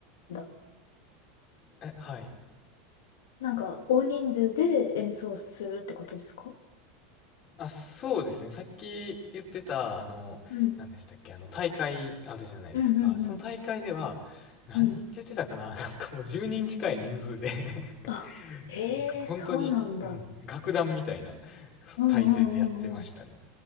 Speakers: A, on the left; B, on the left.
A: だ。
B: えはい
A: なんか、大人数で演奏するってことですか
B: あそうですねさっき言ってたあの何でしたっけあの大会あるじゃないですかその大会では何人出てたかな
A: うん。うんうんうん。うん。
B: <laughs> なんかもう10人近い人数で
A: あ、
B: <laughs>
A: へえ、
B: なんか本当に、
A: そうなんだ。
B: うん、楽団みたいな
A: うんうんうんうん。
B: 体制でやってましたね